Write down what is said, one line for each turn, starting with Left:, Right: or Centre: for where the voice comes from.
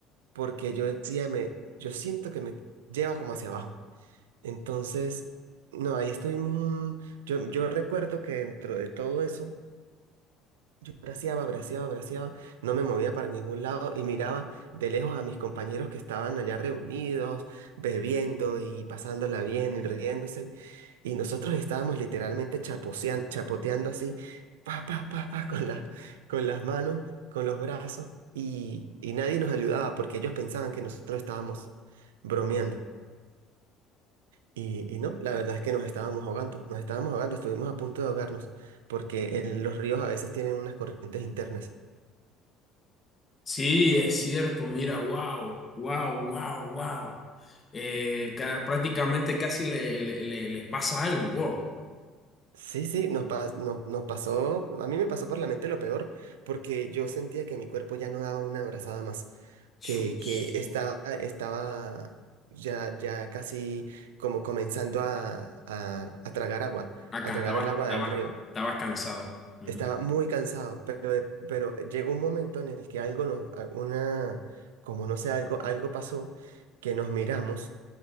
Right: porque yo decía, me, yo siento que me lleva como hacia abajo. Entonces, no, ahí estuvimos un- Yo, yo recuerdo que dentro de todo eso Braceaba, braceaba, braceaba, no me movía para ningún lado y miraba de lejos a mis compañeros que estaban allá reunidos, bebiendo y pasándola bien y riéndose. Y nosotros estábamos literalmente chapotean- chapoteando así, pa, pa, pa, pa, con la- con las manos, con los brazos, y, y nadie nos ayudaba porque ellos pensaban que nosotros estábamos bromeando. Y, y no, la verdad es que nos estábamos ahogando, nos estábamos ahogando, estuvimos a punto de ahogarnos, porque el- los ríos a veces tienen unas corrientes internas.
Left: Sí, es cierto, mira, wow, wow, wow, wow. Eh, ca- prácticamente casi le, le- le- les pasa algo, wow.
Right: Sí, sí, nos, pa- no- nos pasó, a mí me pasó por la mente lo peor, porque yo sentía que mi cuerpo ya no daba una abrazada más,
Left: Chus.
Right: que, que estaba, estaba ya, ya casi como comenzando a, a, a tragar agua,
Left: Acá
Right: a tragar
Left: estabas,
Right: el agua
Left: estabas,
Right: del río.
Left: estabas cansado. Mm.
Right: Estaba muy cansado, pero, de- pero llegó un momento en el que algo nos, a- una, como no sé, algo, algo pasó, que nos miramos.